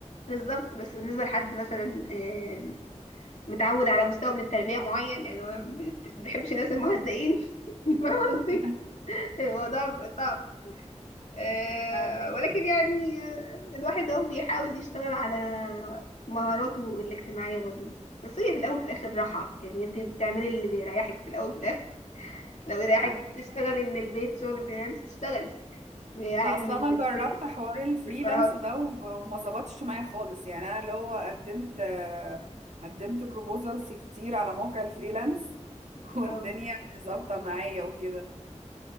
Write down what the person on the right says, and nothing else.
<laughs>
فاهمك
فاهمك
عندك
حق
لا
اصلا انا
جربت حوار الفريلانس
ده و- وما ظبطش معايا خالص يعني انا اللي هو قدمت آه، قدمت بروبوزلز كتير على موقع الفريلانس <laughs> والدنيا
مش ظابطة معايا وكده